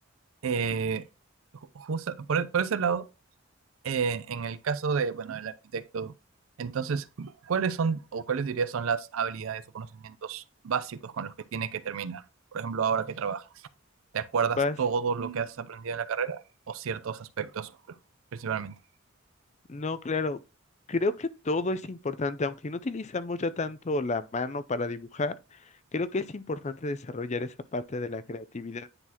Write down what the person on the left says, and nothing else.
Sí,
Vas
No, claro. Creo que todo es importante, aunque no utilizamos ya tanto la mano para dibujar, creo que es importante desarrollar esa parte de la creatividad.